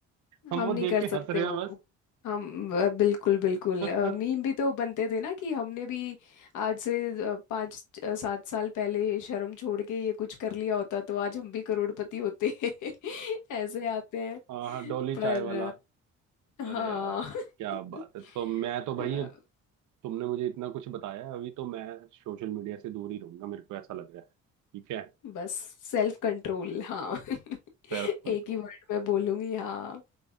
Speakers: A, on the right; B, on the left.
A: हम
B: हम
A: वो
B: नहीं
A: देख
B: कर
A: के
B: सकते
A: हंस रहे
B: वो
A: हैं बस
B: हम अ, बिल्कुल बिल्कुल
A: <laughs>
B: मीम भी तो बनते थे ना कि हमने भी आज से अ, पाँच अ, सात साल पहले शर्म छोड़ के ये कुछ कर लिया होता तो आज हम भी करोड़पति होते <laughs> ऐसे आते हैं
A: हाँ हाँ डोली चाय
B: पर
A: वाला
B: अ,
A: अरे
B: हाँ
A: यार क्या
B: <laughs>
A: बात है तो मैं तो भाई
B: अ,
A: तुमने मुझे इतना कुछ बताया है, अभी तो मैं सोशल मीडिया से दूर ही रहूंगा मेरे को ऐसा लग रहा है ठीक है
B: बस सेल्फ कंट्रोल हाँ <laughs>
A: Self control
B: एक ही वर्ड में बोलूंगी हाँ